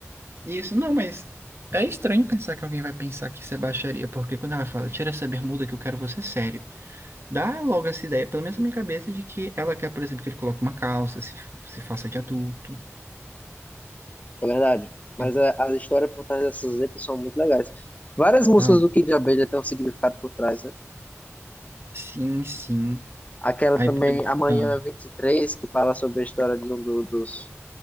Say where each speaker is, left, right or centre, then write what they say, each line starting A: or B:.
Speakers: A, on the right (about 55°); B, on the left (about 30°).
A: Isso, não, mas é estranho pensar que alguém vai pensar que isso é baixaria, porque quando ela fala, tira essa bermuda que eu quero você sério. Dá logo essa ideia, pelo menos na minha cabeça, de que ela quer, por exemplo, que ele coloque uma calça, se, se faça de adulto.
B: É verdade. Mas
A: Uhum.
B: a, a história por trás dessas letras são muito legais. Várias músicas
A: Ah,
B: do Kid Abelha têm um significado por trás, né?
A: sim, sim.
B: Aquela
A: Aí,
B: também,
A: por exemplo,
B: Amanhã
A: ah,
B: 23, que fala sobre a história de um do- dos,